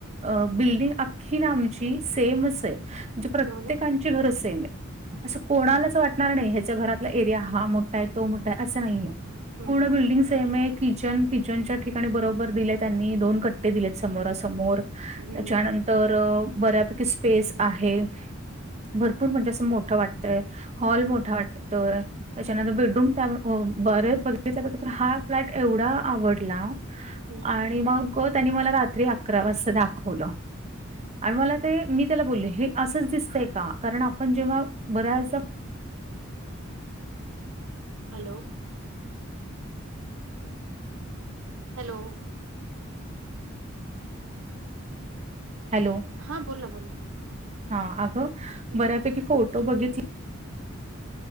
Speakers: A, on the right; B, on the right.
A: अ बिल्डिंग अख्खी ना आमची सेमच आहे. म्हणजे प्रत्येकांची
B: हो ना.
A: घर सेम ये, असं कोणालाच
B: हं.
A: वाटणार नाही ह्याच्या घरात एरिया हा मोठा आहे तो मोठा आहे असं नाहीये
B: हं,
A: पूर्ण
B: हं,
A: बिल्डिंग
B: हं.
A: सेम ये. किचन किचनच्या ठिकाणी बरोबर दिले त्यांनी दोन कट्टे दिलेत समोरासमोर
B: हं,
A: त्याच्यानं तर बऱ्यापैकी स्पेस आहे. भरपूर म्हणजे असं मोठं वाटत. वाटतय हॉल
B: हं,
A: मोठा वाटतोय. त्याच्यानंतर बेडरूम त्या बरये बघितल तर हा फ्लॅट एवढा आवडला.
B: हं.
A: आणि मग त्यानी मला रात्री अकरा वाजता दाखवलं. आणि मला ते मी त्याला बोलली हे असंच दिसतय का? कारण आपण जेव्हा बऱ्याचदा
B: हॅलो. हॅलो.
A: हॅलो.
B: हां. बोल ना. बोल ना.
A: हा. अगं
B: हं.
A: बऱ्यापैकी फोटो बघित